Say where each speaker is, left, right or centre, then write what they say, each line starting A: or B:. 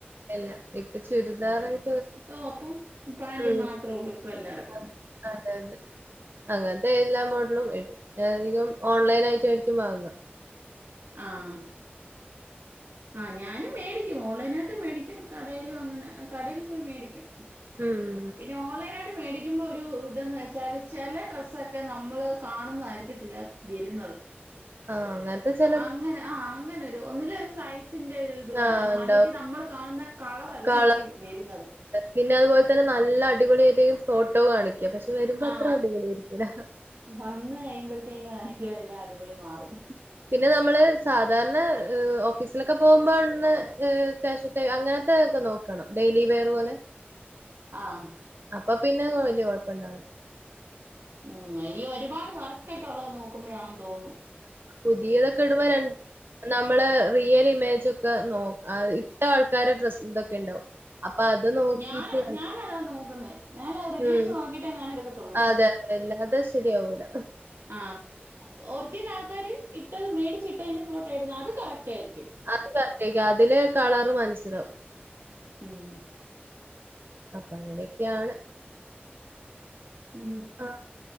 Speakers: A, on the right (about 60°); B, on the right (about 85°).
A: എല്ല ഇപ്പ ചുരിദാറായിട്ട്
B: ആ ടോപ്പും പാന്റും
A: ഉം
B: മാത്രേ ഉള്ളൂ ഇപ്പൊ എല്ലാർക്കും
A: ആഹ് അതെ അതെ അങ്ങെൻത്തെ എല്ലാ മോഡലും ഇടും. പിന്നെധികം ഓൺലൈനായിട്ടാരിക്കും വാങ്ങ.
B: ആഹ് ആഹ് ഞാനും മേടിക്കും. ഓൺലൈനായിട്ടും മേടിക്കും. കടേലു അങ്ങനെ കടേല് പോയി മേടിക്കും.
A: ഉം
B: പിന്നെ ഓൺലൈനായിട്ട് മേടിക്കുമ്പോ ഒരു ഇതെന്ന് വെച്ചാല് ചെല ഡ്രസ്സൊക്കെ നമ്മള് കാണുന്നതായിരിക്കത്തില്ല വെരുന്നത്.
A: ആഹ് അങ്ങൻത്തെ ചെ
B: അങ്ങനെ ആഹ് അങ്ങനെ ഒരു ഒന്നിലേ ഒരു സൈസിൻന്റെരു ഇതുവേ
A: ആഹ് ഉണ്ടാവും
B: അല്ലെങ്കി നമ്മള് കാണുന്ന കളറല്ലായിരിക്കും
A: കള
B: വെരുന്നത്.
A: പിന്നെ അതുപോലെ തന്നെ നല്ല അടിപൊളിയാട്ടാരിക്കും ഫോട്ടോ കാണിക്ക പക്ഷെ വെരുമ്പത്ര
B: ആ
A: അടിപൊളിയാരിക്കൂല.
B: വന്ന് കഴിയുമ്പഴ്ത്തേനും എല്ലാം അടിപൊളി മാറും.
A: പിന്നെ നമ്മള് സാധാരണ ഓഫീസിലക്കെ പോകുമ്പോട്ന്ന കാഷ്യുൽ അങ്ങനത്തെ ഒക്കെ നോ ക്കണം. ഡെയിലി വേർ പോലെ
B: ആഹ്
A: അപ്പ പിന്നെ വല്യ കൊഴപ്പണ്ടാവില്ല.
B: ഉം ഈ ഒരുപാട് വർക്കെക്കൊള്ളത് നോക്കുമ്പഴാണെന്ന് തോന്നു
A: പുതിയതക്കെടുമ്പോ ര നമ്മള് റിയല് ഇമേജൊക്ക നോ ആ ഇട്ട ആൾക്കാരെ ഡ്രസ്സ്തൊക്കെണ്ടാവും. അപ്പ അത് നോക്കിട്ട്
B: ഞാൻ ഞാനതാ നോക്കുന്നേ ഞാൻ റിവ്യൂസ്
A: ഉം
B: നോക്കിട്ടേ ഞാൻ എടുക്കത്തുള്ളൂ
A: അതെ. വല്ലാതെ ശെരിയാവൂല.
B: ആഹ് ഒറിജിനൽ ആൾക്കാര് ഇട്ടത് മേടിച്ചിട്ടെന്റെ ഫോട്ടോ ഇടുന്ന അത് കറക് റ്റായിരിക്കും.
A: അത് കറക്റ്റാരിക്കും. അതില് കളറ് മൻസ്സിലാവും.
B: ഉം
A: അപ്പങ്ങനെക്കെയാണ്.
B: ഉം
A: ആഹ്